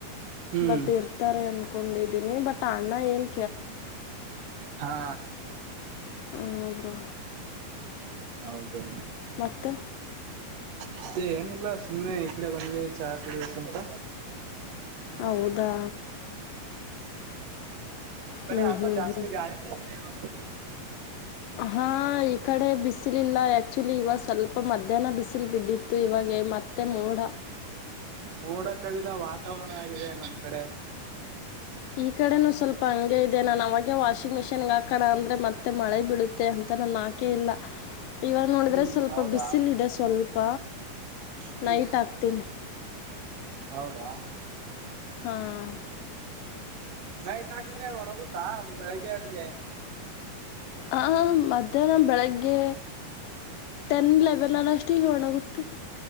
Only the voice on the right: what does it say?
ಹ್ಮ್
ಹಾ
ಹೌದು
ಮತ್ತೆ ಏನಿಲ್ಲ ಸುಮ್ಮ್ನೆ ಇಡೆ ಬಂದ್ವಿ ಚಾ ಕುಡಿಯುವ ಸ್ಪ
ಕಡೆ
ಯಾಕೋ
ಜಾಸ್ತಿ
ಗಾಳಿ ಹಿದೆ ಇವ
ಮೋಡ ಕವಿದ ವಾತಾವರಣ ಆಗಿದೆ ನಮ್ ಕಡೆ
ಹ್ಮ್
ಹೌದಾ
ಹ್ಮ್
ಹೌದಾ
ನೈಟ್ ಹಾಕಿದ್ರೆ ಒಣೋಗುತ್ತಾ ಬೆಳಗ್ಗೆ ಹೊಟ್ಗೆ